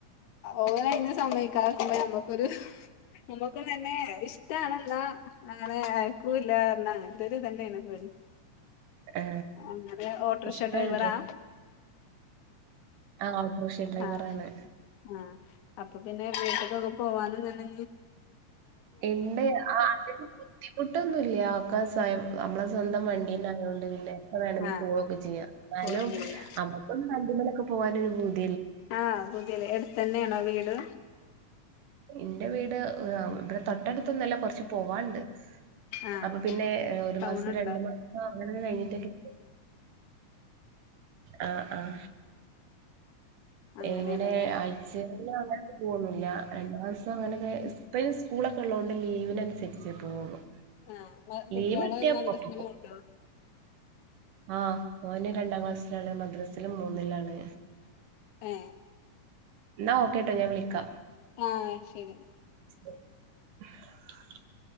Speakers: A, on the left; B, on the right.
A: ഓഴഞ്ഞ സമയക്കക്കുമ്പോ നമ്മുക്കൊരു നമുക്ക് തന്നെ ഇഷ്ടണെന്നാ അങ്ങനെ അയക്കൂല്ല ക അങ്ങന്തൊ ഒരു തന്നെയാണ്പി
B: ആ,
A: അങ്ങനെ ഓട്ടോറിക്ഷ
B: ഇഷ്ടാണ്
A: ഡ്രൈവറാ
B: ആഹ ഓട്ടോഷൻ ഡ്രൈവറ
A: ആ
B: ആാണ്
A: ആഹ് അപ്പൊ പിന്നെ വീട്ടക്കൊക്കെ പോവാനും തന്നെ
B: ഉണ്ട് അതിന് ബുദ്ധിമുട്ടൊന്നുമല്ല ആക്കസായം നമ്മളെ സ്വന്തം വണ്ടിന്നെ ആയതോൊണ്ട് പിന്നെ ഇ വേണമിൽ
A: ആഹ്
B: പോവുവൊക്കെ ചെയ്യാം എന്നാലും
A: ഫോൺ ചെയ്യാ
B: നമുക്കൊും നമലൊക്കെ പോകാനൊ ഒരു ബി
A: ആഹ് പുതിയല്േ എടുത്തന്നെയാണോ വീട്
B: എന്റെ വീട് ഇവിടെ തൊട്ടടുത്തൊന്നല്ല കൊറച്ച് പോവാുണ്ട്
A: ആഹ്
B: അപ്പൊ പിന്നെ ഒരു
A: ടൗണുണ്ടോ
B: മാസം രണ്ടു മാസം അങ്ങനൊക്കെ കഴിഞ്ഞിട്ടൊക്കെ
A: ത്
B: ആഹ ആഹ
A: അങ്ങനെയാണല്ലേ
B: എങ്ങനെ ആയച്ച അങ്ങനും പോന്നില്ല രണ്ട മാസം അങ്ങനെയൊക്കെ ഇത്രയും സ്കൂളൊക്കെ ഉള്ളതത് കൊണ്ട് ലീവിനനുസരിച്ച് പോകുന്നു
A: ആഹ്
B: ലീവിട്ടേ
A: കുട്ടികള് മദ്രസിന്
B: പൊത്തക്കൂ
A: പോവ്ണ്ടോ
B: ആഹ ഓന് രണ്ടാം ക്ലാസ്സിലാണ് മദ്രാസിലും മൂന്നിലാണ്
A: ഏ
B: എന്ന ഓക്കെ കേട്ടോ ഞാൻ വിളിക്കാം
A: ആഹ ശരി
B: ഭ്